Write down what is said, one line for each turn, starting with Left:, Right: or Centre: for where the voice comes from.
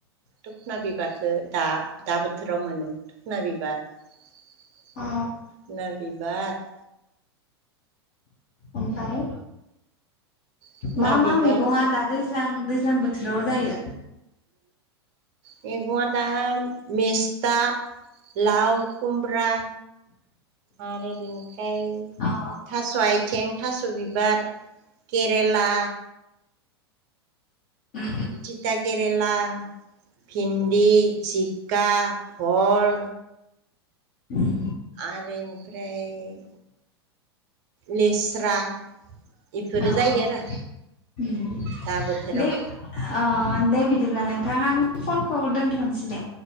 Right: थुखना बिबारखौ दा दा बोथोराव मोनो थुखना बिबार थुखना
Left: अ
Right: बिबार
Left: ओमफ्राय
Right: थुखना
Left: मा
Right: बिबार
Left: मा मैगङा दादै दैज्लां दैज्लां बोथोराव जायो
Right: मैगंङा दा मेस्था लाव खुमब्रा आरो बेनि ओमफ्राय
Left: अ
Right: थास आइथिं थास बिबार केरेला
Left: उम
Right: थिता केरेला भिन्दि जिखा फल
Left: उम
Right: आरो इनिफ्राय लेस्रा बेफोरो
Left: औ औ
Right: जायो
Left: ओम
Right: आरो दा बोथोराव
Left: दे ओ दे बिदिब्ला नों थां आं फनखौ दोन्थनसै दे